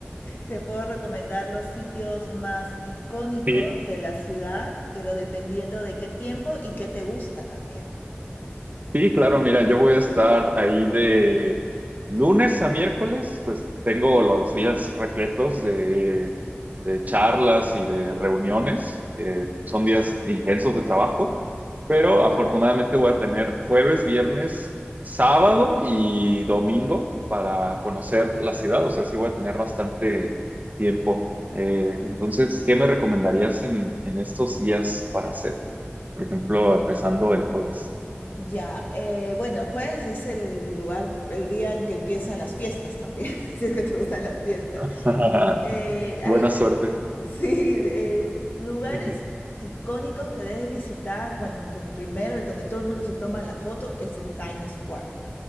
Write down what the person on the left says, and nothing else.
te puedo recomendar los sitios más icónicos
de la ciudad, pero dependiendo de qué tiempo y qué te gusta también.
Ya, eh, bueno, jueves es el lugar, el día en que empiezan las fiestas también, <laughs> si es que te gustan las fiestas.
Eh, hay,
Sí, eh, lugares
icónicos que debes visitar. Bueno, el pr- primero, el donde todo el mundo se toma la foto, es el Times Square.